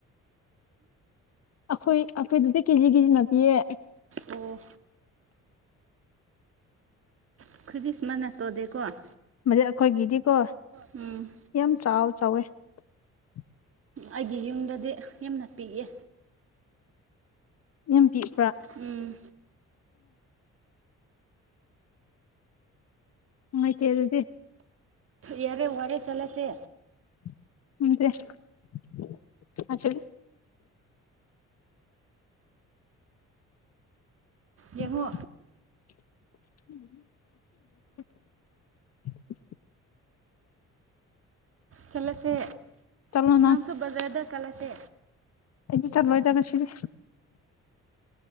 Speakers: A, on the left; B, on the right.
A: ꯑꯩꯈꯣꯏ ꯑꯩꯈꯣꯏꯗꯗꯤ ꯀꯦꯖꯤ ꯀꯦꯖꯤꯅ ꯄꯤꯌꯦ
B: ꯑꯣ ꯑꯈꯣꯏꯗꯤ ꯁꯨꯃꯥꯏꯅ ꯇꯣꯗꯦ ꯀꯣ ꯑꯝ
A: ꯃꯗꯤ ꯑꯩꯈꯣꯏꯒꯤꯗꯤꯀꯣ
B: <unintelligible>
A: ꯌꯥꯝ ꯆꯥꯎ ꯆꯥꯎꯋꯦ <inaudible>
B: ꯑꯩꯒꯤ ꯌꯨꯝꯗꯗꯤ ꯌꯥꯝꯅ ꯄꯤꯛꯑꯦ
A: ꯌꯥꯝ ꯄꯤꯛꯄ꯭ꯔꯥ
B: ꯎꯝ
A: ꯅꯨꯡꯉꯥꯏꯇꯦ ꯑꯗꯨꯗꯤ
B: ꯌꯥꯔꯦ ꯋꯥꯔꯦ ꯆꯠꯂꯁꯦ
A: <unintelligible> <unintelligible>
B: ꯌꯦꯡꯉꯣ
A: <inaudible>
B: ꯆꯠꯂꯁꯦ
A: ꯆꯠꯂꯣ ꯅꯪ
B: ꯅꯪꯁꯨ ꯕꯖꯥꯔꯗ ꯆꯠꯂꯁꯦ
A: ꯑꯩꯗꯤ ꯆꯠꯂꯣꯏꯗ ꯉꯁꯤꯗꯤ